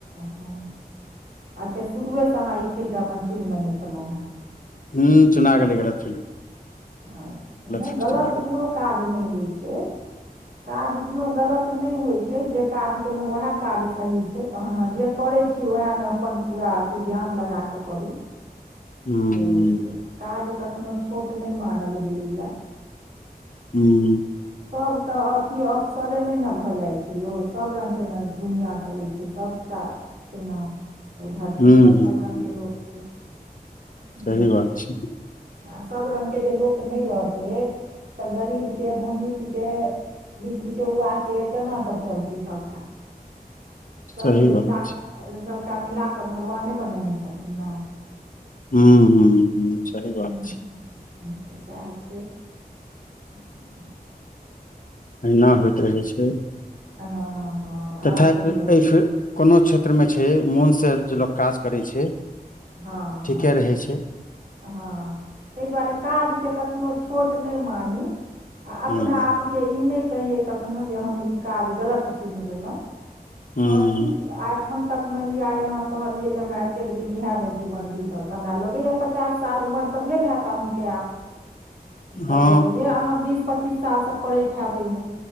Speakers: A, on the right; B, on the left.
A: हा अच्छा शुरुए सँ अहाँ ई फील्ड अपन चुनि लेने छलहुँ हे
B: हूं चुना गेलै गलत
A: अच्छा नहि
B: फील्ड
A: गलत
B: चुना गेलै
A: कूनो काज नहि होइ छै काज कोनो गलत नहि होइ छै जे काज केलहुँ उएह काज सही छै तहन अह जे करै छी ओएहमे अपन पूरा अथी ध्यान लगाकऽ करू
B: हुँ
A: से होई छै काज कखनो छोट नै मानल गेलैए
B: हूँ
A: सभ तऽ अथी अफसरे नहि ने भऽ जाइ छै ने यौ सभ रङ्गके न दुनिआँ चलै छै सभटा केना एहि धरती
B: हुँ
A: पर
B: हुँ
A: सभ रंग
B: हुँ
A: के लोक छै हम्म,
B: सही बात छै
A: आ सब रङ्गके जे लोक नहि रहतै तऽ गरीबके धनीकके बीच बीचइआ कऽ केना कऽ चलतै सभटा सभके
B: सही बात
A: मिला
B: छै
A: सभटा मिला कऽ भगवाने बने ने छथिन ने।
B: हूँ हूँ हूँ, सही बात
A: हम्म,
B: छै।
A: तऽ सएह छै। ह।
B: एहिना, होइत रहै छै।
A: हँ, हँ।
B: तथापि,
A: आओर कहियौ
B: एहि फेर कोनो क्षेत्रमे छै, मोनसँ जे लोक काज करै छै।
A: हँ,
B: ठीके
A: हँ।
B: रहै छै
A: हँ, तहि दुआरे काजकेँ कखनो छोट नहि मानी, आ अपना
B: ह्म
A: आप। के ई नहि कहियै कखनो जे हम ई काज गलत चुनि लेलहुँ।
B: ह्म
A: हँ, ठीक आ। एखन तक मानि लिअ, आइ अहाँ कहलियै जे हमरा एतेक दिन इएहमे जीवन बीतल तऽ हमरा लगै। पचास साल उमर तऽ भेल हेत अहूँकेँ आब तऽ
B: हँ
A: जरुरे अहाँ बीस। पच्चीस साल सँ करैत हैब एहि मे?